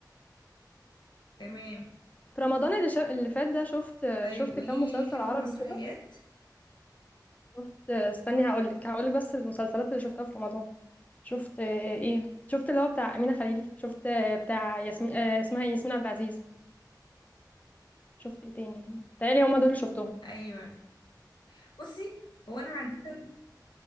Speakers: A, on the left (about 85°); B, on the left (about 20°).
A: تمام
B: في رمضان اللي, شا... اللي فات ده شفت
A: طيب
B: شفت
A: قوليلي
B: كام مسلسل
A: ليكي في
B: عربي
A: المسرحيات
B: كده شفت استني هقولك هقولك بس المسلسلات اللي شفتها في رمضان شفت آه، ايه شفت اللي هو بتاع أمينة خليل شفت آه، بتاع ياسمين آه، اسمها ايه ياسمين عبد العزيز شفت ايه تاني بتهيألي هما دول اللي شفتهم
A: ايوه بصي هو انا عادة